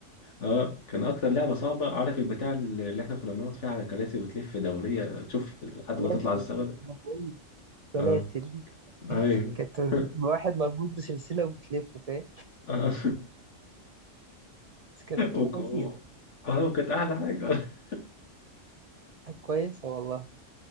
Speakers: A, on the left (about 65°); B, on the right (about 55°).
A: اه كان اكتر لعبة صعبة عارف البتاع اللي احنا كنا بنقعد فيها على كراسي وتلف دورية تشوف لحد
B: سلاسل
A: ما تطلع السما ده
B: انا بقول سلاسل
A: اه
B: دي
A: ايوه
B: كانت بتبقى
A: <laughs>
B: واحد مربوط بسلسلة وبتلف فاهم
A: آه.
B: بس كانت بتبقى
A: وك- و-
B: لذيذة
A: اه وكانت احلى حاجة <laughs>
B: كانت كويسة والله